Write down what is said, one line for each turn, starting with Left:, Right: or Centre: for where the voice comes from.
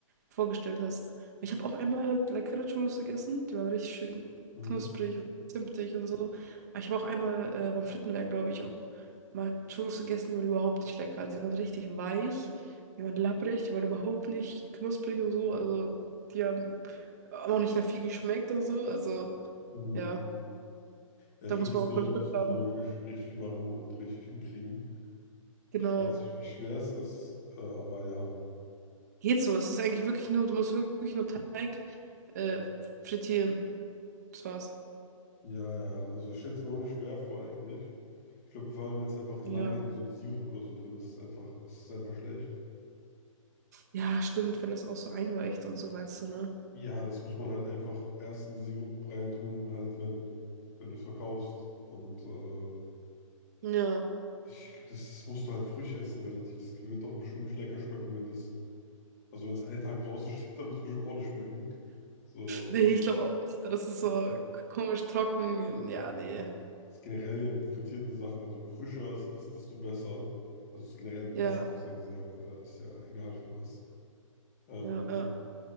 Right: vorgestellt hast. Ich habe auch einmal halt leckere Cholos gegessen, die waren richtig schön
Left: mhm.
Right: knusprig und zimtig und so. Aber ich habe auch einmal äh, beim Frittenwerk, glaube ich, auch mal Cholos gegessen, die waren überhaupt nicht lecker. Also die waren richtig weich, die waren labbrig, die waren überhaupt nicht knusprig und so. Also die haben aber auch nicht nach viel geschmeckt oder so. Also,
Left: Mhm.
Right: ja,
Left: Ja, ich
Right: da
Left: glaube,
Right: muss
Left: das,
Right: man
Left: ist
Right: auch,
Left: so,
Right: glaube
Left: das
Right: ich, Glück
Left: muss
Right: haben.
Left: man wirklich richtig machen und richtig hinkriegen.
Right: Genau.
Left: Ich weiß nicht, wie schwer es ist, äh, aber ja,
Right: Geht so. Es ist eigentlich wirklich nur, du musst wirklich nur Teig äh, frittieren. Das war's.
Left: ja, ja. Also, ich stelle es mir auch nicht schwer vor, eigentlich. Ich glaube, vor allem, wenn es einfach
Right: Ja.
Left: lange in so einem Sirup oder so drin ist, ist es einfach, ist es einfach schlecht.
Right: Ja, stimmt, wenn das auch so einweicht und so, meinst du, ne?
Left: Ja, das muss man halt einfach erst in den Sirup reintun, halt wenn, wenn du es verkaufst. Und äh,
Right: Ja.
Left: ich, das musst du halt frisch essen, relativ. Das wird doch bestimmt nicht lecker schmecken, wenn das, also wenn es einen Tag draußen steht, <laughs> dann wird es bestimmt auch nicht schmecken. So,
Right: Nee, ich glaube auch nicht. Das ist
Left: das
Right: so komisch trocken. Ja, nee.
Left: ist generell ja mit frittierten Sachen, also je frischer es ist, desto besser. Also es ist generell mit
Right: Ja,
Left: Essen besser gesagt, äh, ist ja egal für was. Ähm,
Right: ja, ja.